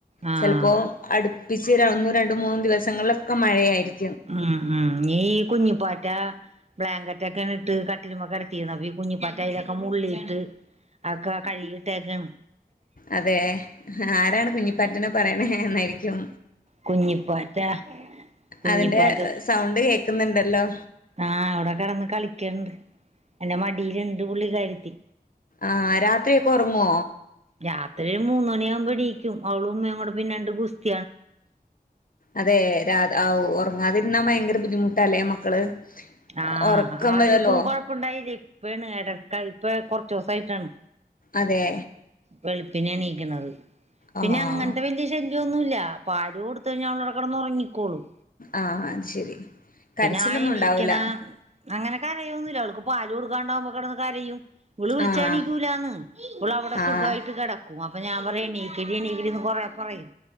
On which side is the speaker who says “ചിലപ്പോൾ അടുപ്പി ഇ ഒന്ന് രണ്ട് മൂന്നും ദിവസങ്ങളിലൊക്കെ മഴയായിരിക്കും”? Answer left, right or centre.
Left